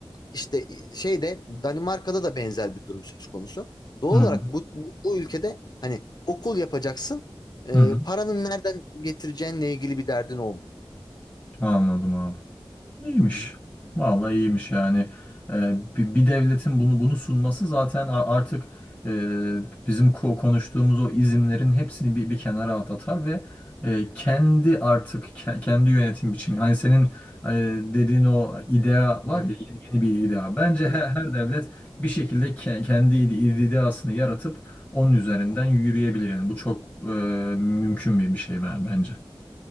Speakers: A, on the left (about 45°); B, on the left (about 15°).
A: işte şeyde Danimarka'da da benzer bir durum söz konusu. Doğal
B: Hı hı,
A: olarak bu, bu, bu ülkede hani okul yapacaksın, e,
B: hı hı.
A: paranın nereden getireceğinle ilgili bir derdin olmuyor.
B: Anladım abi. İyiymiş.
A: Hı hı.
B: Vallahi iyiymiş yani. Ee, bi- bir devletin bunu bunu sunması zaten a- artık e, bizim ko- konuştuğumuz o izimlerin hepsini bir, bir kenara at- atar ve e, kendi artık ke- kendi yönetim biçimi. Hani senin e, dediğin o idea
A: Hı
B: var
A: hı.
B: ya yeni, yeni bir idea. Bence
A: Evet.
B: her, her devlet bir şekilde ke- kendi ide- ideasını yaratıp onun üzerinden
A: Hı hı.
B: yürüyebilir. Yani bu çok e, mümkün bir bir şey ben bence.